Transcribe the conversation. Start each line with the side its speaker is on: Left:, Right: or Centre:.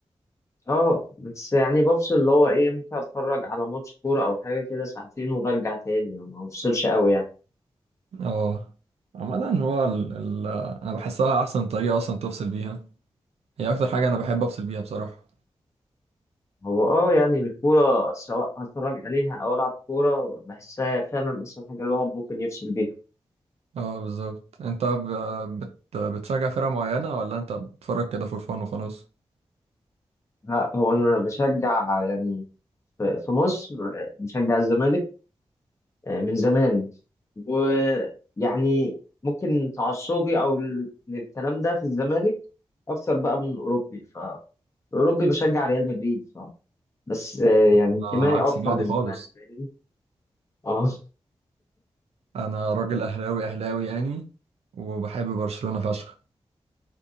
Left: اه بس يعني بفصل اللي هو ايه ممكن اتفرج على ماتش كوره او حاجه كده ساعتين وبرجع تاني ما بفصلش قوي يعني
Right: اه عامة هو ال... ال... انا بحسها احسن طريقة اصلا تفصل بيها هي اكتر حاجة انا بحب افصل بيها بصراحة
Left: هو اه يعني الكورة سواء هتفرج عليها أو ألعب كورة بحسها فعلا أحسن حاجة الواحد ممكن يفصل بيها
Right: اه بالظبط انت ب... بت... بتشجع فرقة معينة ولا انت بتتفرج كده فور فان وخلاص
Left: لا هو أنا بشجع يعني في في مصر آه، بشجع الزمالك آه، من زمان ويعني ممكن تعصبي أو ال- للكلام ده في الزمالك أكتر بقى من أوروبي فأوروبي بشجع ريال مدريد ف بس آه، يعني
Right: انا
Left: انتمائي
Right: عكس
Left: أكتر
Right: بعض
Left: للزمالك
Right: خالص
Left: فاهمني اه
Right: انا راجل اهلاوي اهلاوي يعني وبحب برشلونة فشخ